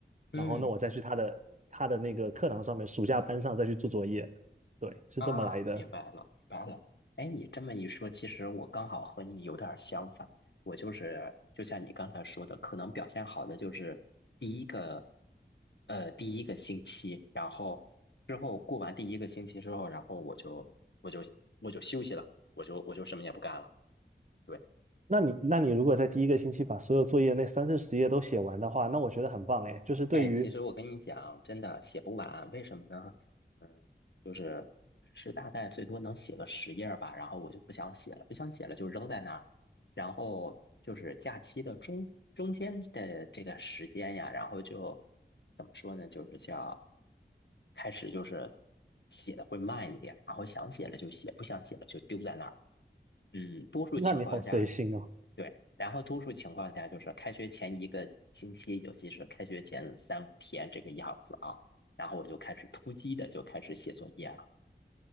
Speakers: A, on the left (about 70°); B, on the right (about 40°).
A: 嗯
B: 然后那我再去他的他的那个课堂上面暑假班上再去做作业，对，是这么来的。
A: 啊，明白了明白了。哎，你这么一说，其实我刚好和你有点儿相反，我就是就像你刚才说的，可能表现好的就是第一个，呃，第一个星期，然后之后过完第一个星期之后，然后我就我就我就休息了，我就我就什么也不干了。对。
B: 那你那你如果在第一个星期把所有作业那三四十页都写完的话，那我觉得很棒哎，就是对于，
A: 哎，其实我跟你讲，真的写不完，为什么呢？嗯，就是只是大概最多能写个十页儿吧，然后我就不想写了，不想写了就扔在那儿。然后就是假期的中中间的这个时间呀，然后就怎么说呢？就是叫开始就是写的会慢一点，然后想写了就写，不想写了就丢在那儿。嗯，多数情况下。
B: 那你好随性哦。
A: 对，然后多数情况下就是开学前一个星期，尤其是开学前三五天这个样子啊，然后我就开始突击的就开始写作业了。